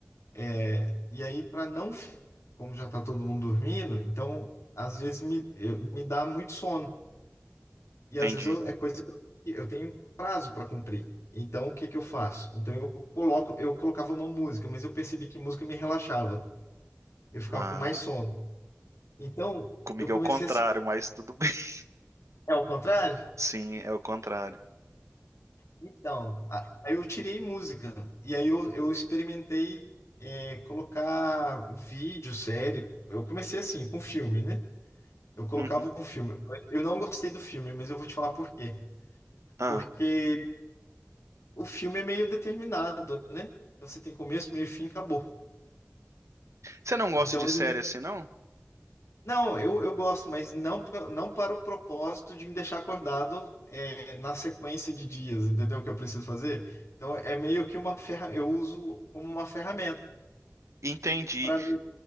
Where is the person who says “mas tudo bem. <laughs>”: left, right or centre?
Right